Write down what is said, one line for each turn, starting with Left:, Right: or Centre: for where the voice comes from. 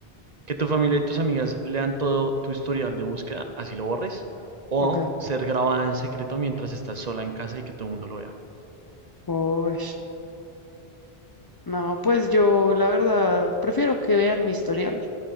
Right: ¿Que tu familia y tus amigas lean todo tu historial de búsqueda, así lo borres? ¿O
Left: Ok.
Right: ser grabada en secreto mientras estás sola en casa y que todo el mundo lo vea?
Left: Uy, no, pues yo la verdad prefiero que vean mi historial.